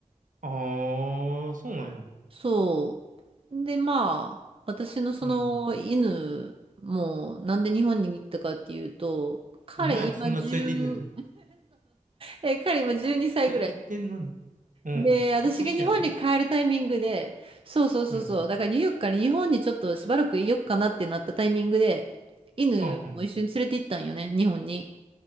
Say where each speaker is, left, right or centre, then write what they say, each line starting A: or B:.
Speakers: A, on the right (about 80°); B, on the right (about 45°).
A: ああ、そうなんや。
B: そう。で、まあ、私のその犬も、
A: うん。
B: なんで日本に行ったかっていうと、彼今1
A: お前そんな連れて行ってんの
B: <laughs> そう、え、彼今12歳ぐらい
A: 連れて行ってんのに。うん。
B: で、私が日本に帰るタイミングで、
A: あ、年やね。
B: そうそうそうそう、
A: うん。
B: だからニューヨークから日本にちょっとしばらくいよっかなってなったタイミングで、犬も一緒に連れて行ったんよね、
A: うん。
B: 日本に。